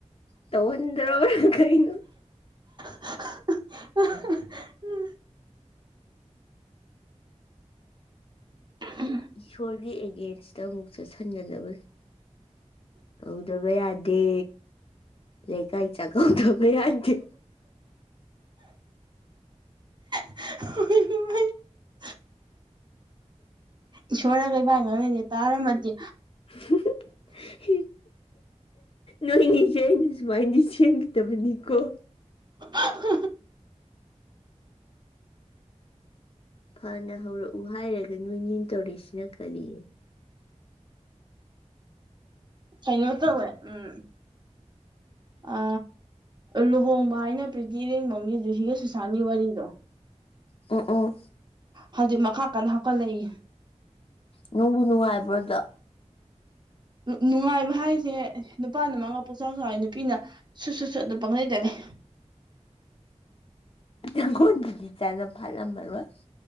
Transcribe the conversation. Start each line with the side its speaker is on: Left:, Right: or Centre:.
Left: ꯇꯧꯍꯟꯗ꯭ꯔꯕ꯭ꯔꯥ ꯀꯩꯅꯣ
Right: ꯑꯍ ꯑꯍ ꯑꯍ ꯑꯍ ꯎꯝ ꯎ
Left: ꯏꯁꯣꯔꯒꯤ ꯑꯦꯒꯦꯟꯁꯇ ꯑꯃꯨꯛ ꯆꯠꯁꯤꯟꯒꯗꯕꯅꯤ ꯇꯧꯗꯕ ꯌꯥꯗꯦ ꯂꯩꯀꯥꯏ ꯆꯥꯛ ꯑꯣꯛ ꯊꯣꯡꯒꯦ ꯌꯥꯗꯦ
Right: ꯑꯣꯢꯃꯥ ꯏꯁꯣꯔꯅꯒ ꯏꯕꯥꯅꯤ ꯉꯥꯡꯅꯩꯖꯦ ꯇꯥꯔꯃꯗꯤ
Left: ꯍꯨꯍꯨꯍꯨ ꯍꯤ ꯅꯣꯏꯅꯦꯁꯦ ꯑꯩꯅ ꯁꯨꯃꯥꯏꯅꯗꯤ ꯁꯦꯝꯈꯤꯗꯕꯅꯤꯀꯣ
Right: ꯍꯥ ꯍꯥ ꯍꯥ
Left: ꯐꯅ ꯍꯧꯔꯛꯎ ꯍꯥꯏꯔꯒ ꯅꯣꯏꯅꯤꯅ ꯇꯧꯔꯤꯁꯤꯅ ꯀꯔꯤ
Right: ꯀꯩꯅꯣꯇꯧꯋꯦ ꯎꯝ ꯑ ꯂꯨꯍꯣꯡꯕ ꯍꯥꯏꯅ ꯄ꯭ꯔꯤꯇꯤ ꯏꯔꯦꯡꯐꯝꯒꯤꯗꯨ ꯁꯤꯒ ꯁꯨꯁꯥꯟꯒꯤ ꯋꯥꯔꯤꯗꯣ
Left: ꯑ ꯎꯝ
Right: ꯍꯧꯖꯤꯛ ꯃꯈꯥ ꯀꯟꯅ ꯍꯥꯞꯀꯠꯂꯛꯏ
Left: ꯅꯨꯡꯕꯨ ꯅꯨꯡꯉꯥꯏꯕ꯭ꯔꯣꯗ
Right: ꯅꯨꯡꯉꯥꯏꯕ ꯍꯥꯏꯁꯦ ꯅꯨꯄꯥꯅ ꯃꯉꯥ ꯄꯣꯛꯆꯥꯎ ꯆꯥꯎꯥꯎ ꯅꯨꯄꯤꯅ ꯁꯨꯠ ꯁꯨꯠꯁꯨꯠ ꯑꯗꯨꯝ ꯄꯪꯅꯩꯇꯅꯤ <inaudible>
Left: ꯅꯪꯒꯣꯜꯗꯨꯗꯤ ꯆꯥꯅ ꯐꯥꯠꯂꯝꯃꯔꯣꯏ